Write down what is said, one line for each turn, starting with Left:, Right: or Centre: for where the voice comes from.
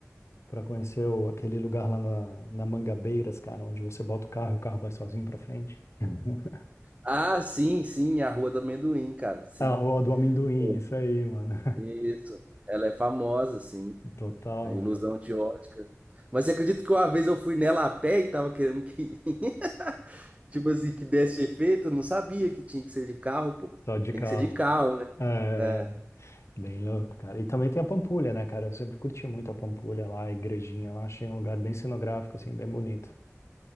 Left: pra conhecer o- aquele lugar lá na, na Mangabeiras, cara, onde você bota o carro e o carro vai sozinho pra frente? <laughs>
Right: Ah, sim, sim, a Rua do Amendoim, cara, sim.
Left: A Rua do Amendoim,
Right: Pô,
Left: isso aí, mano. <laughs>
Right: Isso. Ela é famosa, sim.
Left: Total,
Right: A ilusão
Left: né?
Right: de ótica. Mas você acredita que uma vez eu fui nela a pé e tava querendo que, <laughs> tipo assim, que desse efeito? Eu Não sabia que tinha que ser de carro, pô.
Left: Só de
Right: Tem
Left: carro.
Right: que ser de carro, né?
Left: É, é,
Right: É.
Left: bem louco, cara. E também tem a Pampulha, né, cara? Eu sempre curti muito a Pampulha lá, a igrejinha lá. Achei um lugar bem cenográfico, assim, bem bonito.